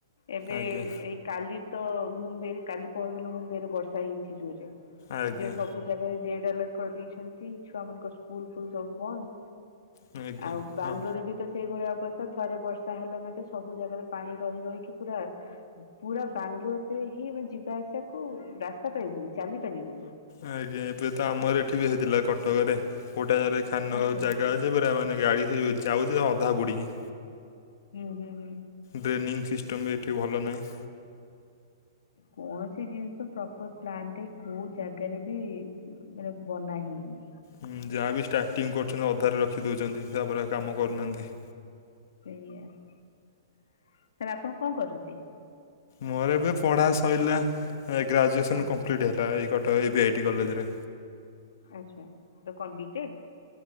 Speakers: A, on the left; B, on the left.
A: ଏବେ
B: ଆଜ୍ଞା
A: ଏଇ କାଲି ତ ମୁମ୍ବାଇରେ କାଲି ପହର ଦିନ ମୁମ୍ବାଇରେ ବର୍ଷା ହେଇଛି ଜୋରରେ
B: ଆଜ୍ଞା
A: ଯେ ସବୁ ଜାଗାରେ ରେଡ୍ ଆଲର୍ଟ କରିଦେଇଛନ୍ତି ଛୁଆମାନଙ୍କ ସ୍କୁଲ ଫୁଲ ସବୁ ବନ୍ଦ।
B: ଆଜ୍ଞା
A: ଆଉ ବାଙ୍ଗଲୋରରେ
B: ହଁ
A: ବି ତ। ସେଇଭଳି ଅବସ୍ଥା ଥରେ ବର୍ଷା ହେଲା ମାତେ ସବୁ ଜାଗାରେ ପାଣି ରହି ରହିକି ପୁରା ପୁରା ବାଙ୍ଗଲୋରରେ ହିଁ ମାନେ ଯିବା ଆସିବାକୁ ରାସ୍ତା ପାରିବେନି ଚାଲି ପାରିବେନି।
B: ଆଜ୍ଞା ଏବେ ତ ଆମର ଏଠି ବି ହେଇଥିଲା କଟକରେ କୋଉଟା ଜାଗାରେ ଖାନ
A: ଆଚ୍ଛା।
B: ଜାଗା ଅଛି। ପୁରରା ମାନେ ଗାଡି ଯାଉଛି ଅଧା ପୁଡିକି।
A: ହୁଁ ହୁଁ ହୁଁ।
B: ଡ୍ରେନିଂ ସିଷ୍ଟମ୍ ବି ଏଠି ଭଲ ନାହିଁ।
A: କୌଣସି ଜିନିଷ ପ୍ରପର ପ୍ଲାନ ରେ କୋଉ ଜାଗାରେ ବି ମାନେ ବନା ହେଇନି।
B: ହଁ ଯାହା ବିି ଷ୍ଟାର୍ଟିଂ କରୁଛନ୍ତି ଅଧାରେ ରଖିଦଉଛନ୍ତି ତାପରେ କାମ କରୁନାହାନ୍ତି।
A: ସେଇଆ ତାହେଲେ ଆପଣ କଣ କରଛନ୍ତି।
B: ମୋର ଏବେ ପଢ଼ା ସରିଲା ଗ୍ରାଜୁଏସନ
A: ଆଚ୍ଛା
B: କମ୍ପ୍ଲିଟ୍ ହେଲା ଏଇ କଟକ ଏବେ ଏଇଟି କଲେଜରେ।
A: ଆଚ୍ଛା ତ କଣ ବିଟେକ୍।